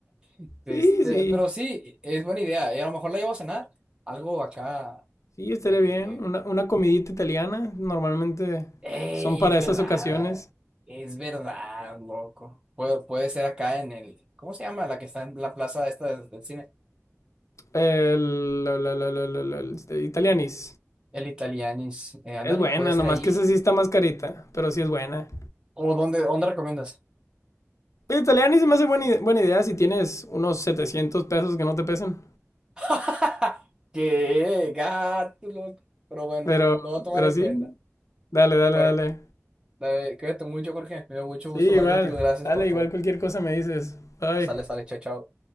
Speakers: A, on the right; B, on the left.
A: De
B: sí,
A: este,
B: sí,
A: pero sí, es buena idea. eh, a lo mejor la llevo a cenar. Algo acá.
B: sí, estaría
A: Eh,
B: bien. Una, una comidita italiana, normalmente
A: ¡Ey!
B: son para
A: Es
B: esas
A: verdad.
B: ocasiones.
A: Es verdad, loco. Puede, puede ser acá en el. ¿Cómo se llama? La que está en la plaza esta del, del cine.
B: El, la, la, la, la, la, el- este, Italianis.
A: El Italianis. Eh, ándale,
B: Es buena,
A: puede ser
B: nomás
A: allí.
B: que esa sí está más carita, pero sí es buena.
A: ¿O dónde, dónde recomiendas?
B: Oye, Italiani se me hace buena, i- buena idea si tienes unos 700 pesos que no te pesen.
A: <laughs> ¡Qué gato, loco! Pero bueno,
B: Pero,
A: lo voy a tomar
B: pero
A: en
B: sí,
A: cuenta.
B: dale, dale,
A: Bueno,
B: dale.
A: la de- cuídate mucho, Jorge. Me dio mucho gusto
B: Sí, igual.
A: hablar contigo. Gracias
B: Dale,
A: por todo.
B: igual cualquier cosa me dices. Bye.
A: Sale, sale, chao, chao.